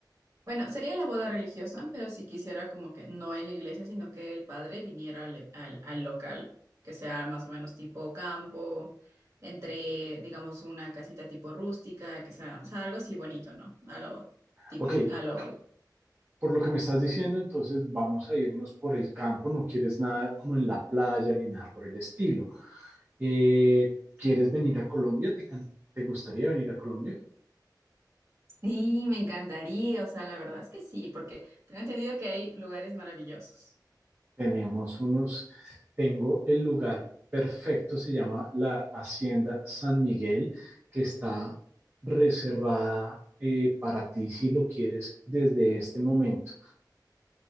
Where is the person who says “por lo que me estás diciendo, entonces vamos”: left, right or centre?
Right